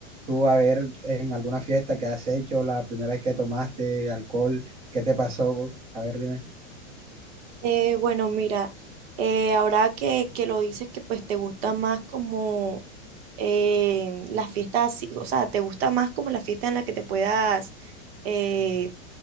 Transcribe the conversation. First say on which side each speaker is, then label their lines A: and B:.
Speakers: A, on the right (about 15°); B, on the right (about 55°).
A: tú a ver en alguna fiesta que has hecho, la primera vez que tomaste alcohol, ¿qué te pasó? A ver, dime.
B: Eh, bueno, mira, eh, ahora que, que lo dices que pues te gusta más como eh, las fiestas así, o sea, te gusta más como la fiesta en la que te puedas eh,